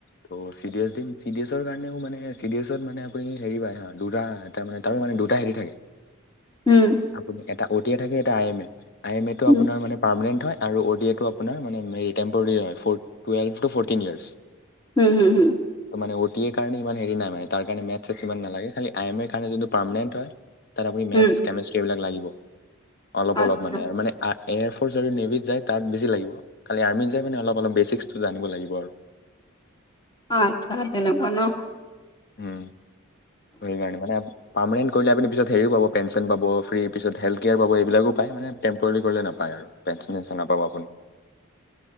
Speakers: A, on the left (about 45°); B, on the left (about 20°).
A: ত' চি ডি এছ দিম, চি ডি এছৰ কাৰণেও মানে, চি ডি এছত মানে আপুনি হেৰি পায় হা দুটা তাৰমানে তাৰোমানে- দুটা হেৰি থাকে -
B: উম
A: আপোনি এটা অ টি আই থাকে এটা I M A, I M A টো
B: উম
A: আপোনাৰ মানে, ৰ্পামেনেণ্ট হ'য় আৰু অ টি এ টো আপোনাৰ মানে, মেৰি টেম্পৰীয়ে হ'য়। Twelve to fourteen minutes.
B: হোঁম, হোঁম, হোঁম
A: মানে, অ' টি এ ৰ কাৰণে ইমান হেৰি নাই মানে, তাৰ কাৰণে মেথচ্‌-চেথচ্‌ সিমান নালাগে। খালি, আই এম এ ৰ কাৰণ যোনটো পাৰমানেণ্ট হ'য় তাত আপুনি মেথছ্‌,
B: হুম
A: কেমেষ্ট্ৰি এইবিলাক লাগিব। অলপ
B: আচ্ছা
A: অলপ মানে আৰু মানে, আৰ্‌ এয়াৰফৰ্চ আৰু নেভিত যায় তাত বেছি লাগিব। খালি, আৰ্মিত যায় মানে, অলপ অলপ বেচিক্সটো জানিব লাগিব। দিব আৰু।
B: আচ্ছা, তেনেকুৱা ন'?
A: উম, আৰু জানিব নে আপু পাৰ্মেনেণ্ট কৰিলে আপুনি পিছত হেৰিও পাব, পেঞ্চন পাব, ফ্ৰী পিছ, হেল্থ কেয়াৰ পাব। এইবিলাকো পায় মানে, টেম্প্ৰৰিলি কৰিলে নাপায়। পেঞ্চন- চেঞ্চন নাপাব আপুনি।